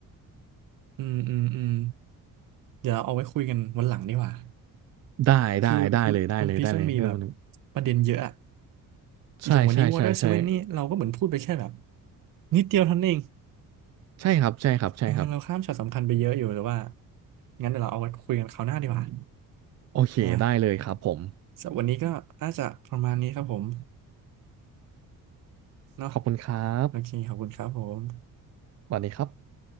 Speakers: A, on the right; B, on the right.
A: อืมอืมอืมเดี๋ยวเอาไว้คุยกันวันหลังดีกว่า
B: ได้ได้ได้เลยได้เลยได้เลยเรื่องมันนึง
A: คือวันพีชมันมีแบบประเด็นเยอะอะ
B: ใช่ใช่ใช่ใช่
A: อย่างวันนี้ Water Seven นี่เราก็เหมือนพูดไปแค่แบบนิดเดียวเท่านั้นเอง
B: ใช่ครับใช่ครับใช่ครับ
A: เออเราข้ามช็อตสำคัญไปเยอะอยู่แต่ว่างั้นเดี๋ยวเราเอาไว้คุยกันคราวหน้าดีกว่า
B: โอเคได้เลยครับผม
A: นะสำหรับวันนี้ก็น่าจะประมาณนี้ครับผมเนาะ
B: ขอบคุณครับ
A: โอเคขอบคุณครับผม
B: สวัสดีครับ